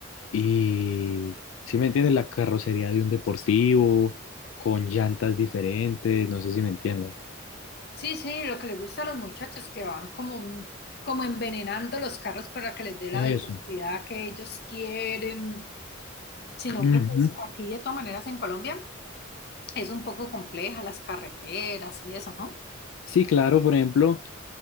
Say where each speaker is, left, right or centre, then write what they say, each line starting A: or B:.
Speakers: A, on the left; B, on the left.
A: y, si me entiendes, la carrocería de un deportivo, con llantas diferentes, no sé si me entiendas.
B: Sí, sí, lo que les gusta a los muchachos que van como, como envenenando los carros para que les dé la
A: Eso.
B: velocidad que ellos quieren, sino
A: Ujú.
B: que pues aquí de todas maneras en Colombia es un poco compleja las carreteras y eso, ¿no?
A: Sí, claro, por ejemplo,